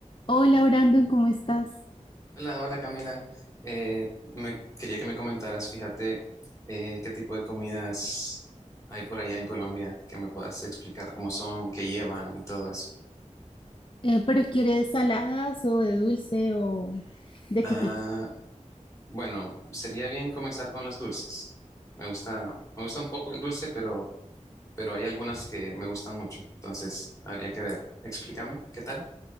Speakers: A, on the left (about 40°); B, on the left (about 25°).
A: Hola Brandon, ¿cómo estás?
B: Hola, hola Camila. Eh, me quería que me comentaras, fíjate, eh, qué tipo de comidas hay por allá en Colombia, que me puedas explicar cómo son, qué llevan y todo eso.
A: Eh, ¿pero quieres saladas o de dulce o de
B: Ah,
A: qué tipo?
B: bueno, sería bien comenzar con los dulces. Me gusta, me gusta un poco el dulce, pero, pero hay algunas que me gustan mucho. Entonces, habría que ver. Explícame, ¿qué tal?